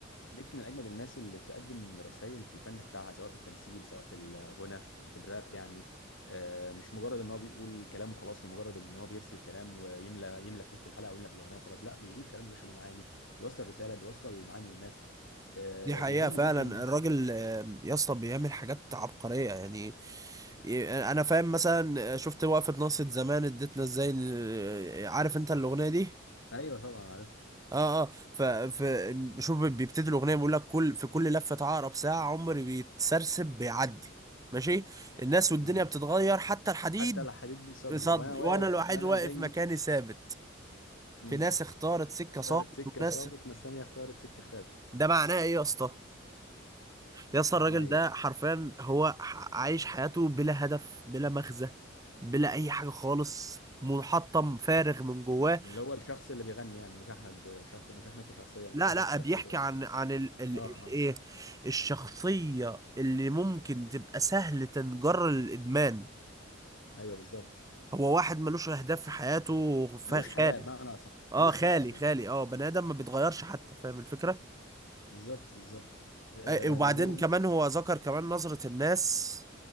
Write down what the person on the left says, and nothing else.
ميكي من اجمد الناس اللي بتقدم رسائل في الفن بتاعها سواء في التمثيل سواء في الغنى في الراب يعني آه، مش مجرد ان هو بيقول كلام وخلاص لمجرد ان هو بيرسل كلام ويملى يملى في وسط الحلقه او يملى في الاغنيه وخلاص لا بيقول كلام يا باشا له معاني بيوصل رساله بيوصل معاني للناس آه،
بيهمه
جدا
ايوه طبعا عارفها
امم
حتى لا حديد بيصدي
وانا واقف
وانا
زي
امم
اختارت
سكه
صابت ناس تانيه اختارت سكه خدت
معناها
ايه
بقى
اللي هو الشخص اللي بيغني يعني مش احمد شخص مش احمد كشخصيه يعني
قصدك
الشخص
اللي بيغني
اه
اه
ايوه بالظبط
ملوش حياه
بمعنى صح
ملوش
حياه اصلا
يعني
بالظبط بالظبط آه
وهو-